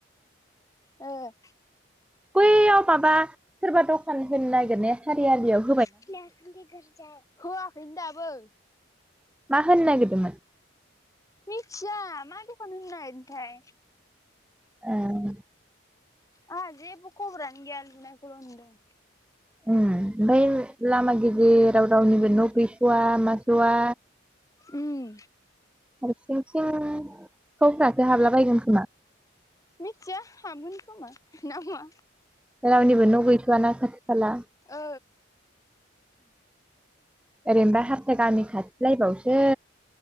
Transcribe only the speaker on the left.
<unintelligible> ओ
<unintelligible> होआखैनो दाबो।
मिथिया मा दखान होनो नागेरदोंथाय।
आंहा जेबो खबरानो गैया लुनायखौल नुदों।
उम
मिथिया हाबोन खमा नामा।
ओ